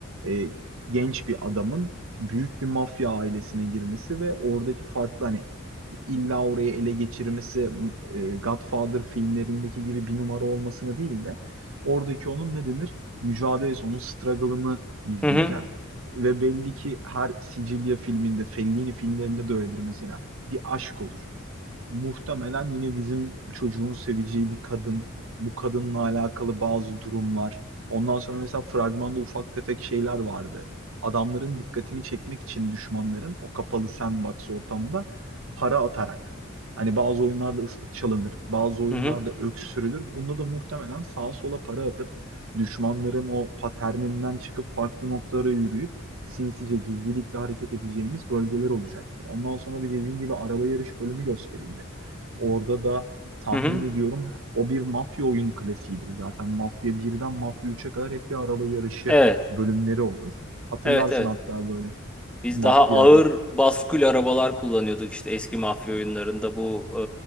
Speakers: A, on the right; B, in the centre.
A: e, genç bir adamın büyük bir mafya ailesine girmesi ve oradaki farklı hani illa orayı ele geçirmesi e, Godfather filmlerindeki gibi bir numara olmasını değil de oradaki onun ne denir? Mücadelesi, onun struggle'ını izleyeceğiz.
B: Hı hı.
A: Ve belli ki her Sicilya filminde, Fellini filmlerinde de öyledir mesela. Bir aşk olur. Muhtemelen yine bizim çocuğun seveceği bir kadın, bu kadınla alakalı bazı durumlar. Ondan sonra mesela fragmanda ufak tefek şeyler vardı. Adamların dikkatini çekmek için düşmanların o kapalı sandbox ortamda para atarak. Hani bazı oyunlarda ıslık çalınır, bazı oyunlarda
B: Hı hı.
A: öksürülür. Bunda da muhtemelen sağa sola para atıp düşmanların o paterninden çıkıp farklı noktalara yürüyüp sinsice gizlilikle hareket edeceğimiz bölgeler olacaktır. Ondan sonra bir dediğin gibi araba yarış bölümü gösterildi. Orada da tahmin
B: Hı hı.
A: ediyorum o bir mafya oyun klasiğidir zaten. Mafya birden Mafya üçe kadar hep bir araba yarışı
B: Evet.
A: bölümleri olur. Hatırlarsın
B: Evet evet.
A: hatta böyle
B: Biz
A: mafya
B: daha ağır baskül arabalar kullanıyorduk işte eski mafya oyunlarında bu